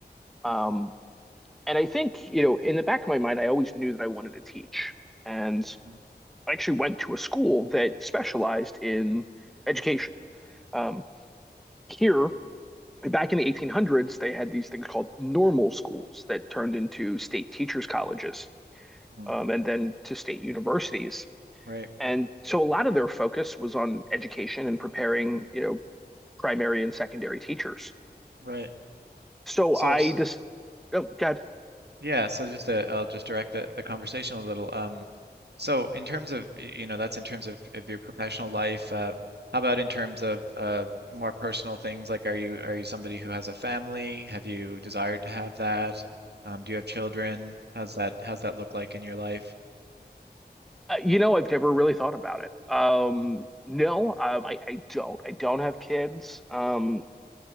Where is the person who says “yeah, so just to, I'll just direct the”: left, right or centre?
Right